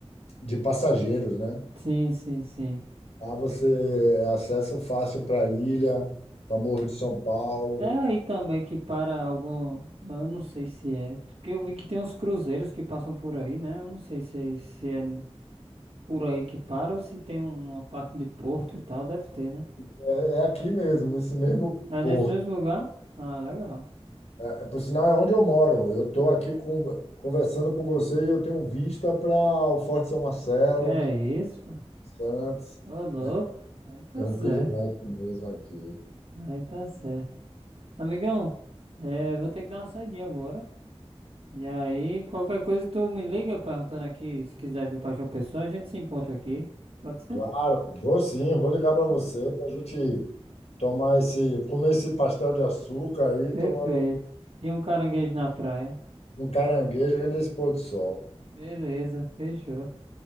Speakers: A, on the left; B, on the right.
A: de passageiros, né?
B: Sim, sim, sim.
A: Lá você é acesso fácil para a ilha, para Morro de São Paulo.
B: É aí também que para algum. Eu não sei se é. Porque eu vi que tem uns cruzeiros que passam por aí, né? Eu não sei se, é, se é. por aí que para ou se tem um- uma parte de Porto e tal, deve ter, né?
A: É, é aqui mesmo, nesse mesmo
B: É
A: porto.
B: nesse mesmo lugar? Ah, legal.
A: É, é, por sinal, é onde eu moro. Eu estou aqui com- conversando com você e eu tenho vista para o Forte São Marcelo,
B: Que é isso?
A: Santos.
B: pô? Ô, louco.
A: É,
B: Aí tá
A: é
B: certo.
A: um privilégio mesmo aqui.
B: Aí tá certo. Amigão, é, vou ter que dar uma saidinha agora. E aí, qualquer coisa tu me liga perguntando aqui, se quiser vir pra João Pessoa, a gente se encontra aqui. Pode ser?
A: Claro, vou sim, vou ligar para você
B: Oxe.
A: para a gente tomar esse, comer esse pastel de açúcar aí,
B: Perfeito.
A: tomando
B: E um caranguejo na praia.
A: um caranguejo, vendo esse pôr do sol.
B: Beleza, fechou.